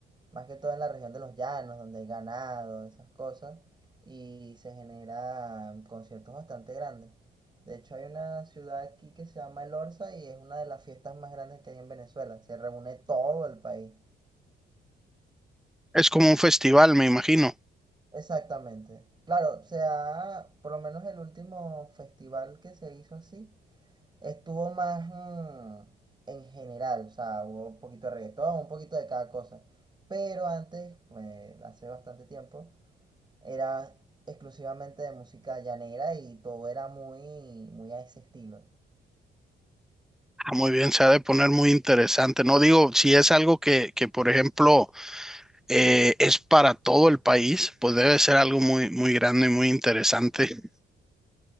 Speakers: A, on the right; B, in the centre.
A: más que todo en la región de los llanos, donde hay ganado, esas cosas, y se generan conciertos bastante grandes. De hecho, hay una ciudad aquí que se llama El Orza y es una de las fiestas más grandes que hay en Venezuela. Se reúne todo el país.
B: Es como un festival, me imagino.
A: Exactamente. Claro, o sea, por lo menos el último festival que se hizo así estuvo más mm, en general, o sea, hubo un poquito de reggaetón, un poquito de cada cosa. Pero antes, pues, hace bastante tiempo, era exclusivamente de música llanera y todo era muy, muy a ese estilo.
B: Ah, Muy bien, se ha de poner muy interesante. No digo, si es algo que, que por ejemplo, eh, es para todo el país, pues debe ser algo muy, muy grande y muy interesante.